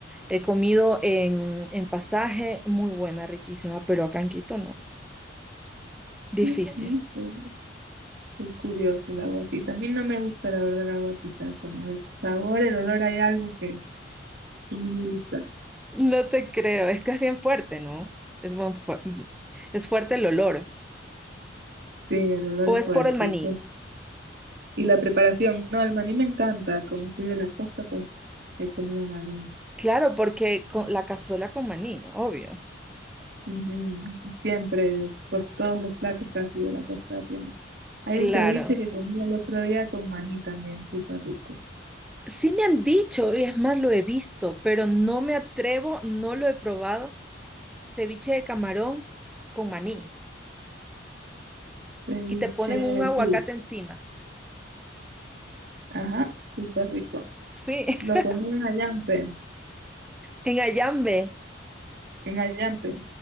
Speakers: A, in the centre; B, on the right.
A: He comido en, en Pasaje, muy buena, riquísima, pero acá en Quito no. Difícil.
B: Mm, mm, pues, Qué curioso la guatita. A mí no me gusta, la verdad, la guatita. Como el sabor, el olor, hay algo que no me gusta.
A: No te creo, es que es bien fuerte, ¿no? Es, buen fu- es fuerte el olor.
B: Sí, el olor
A: ¿O
B: es
A: es
B: fuerte.
A: por el maní?
B: Y, pues- y la preparación. No, el maní me encanta. Como soy de la costa, pues he comido maní.
A: Claro, porque con la cazuela con maní, obvio.
B: Ujú. Siempre, pues todos los platos casi de la costa tienen. Hay
A: Claro.
B: un ceviche que comí el otro día con maní también, súper rico.
A: Sí me han dicho, y es más, lo he visto, pero no me atrevo, no lo he probado. Ceviche de camarón con maní.
B: Ceviche,
A: Y te ponen un aguacate
B: sí.
A: encima.
B: Ajá, súper rico.
A: Sí,
B: Lo
A: <laughs>
B: comí en Ayampe,
A: en Ayambe,
B: en Ayampe,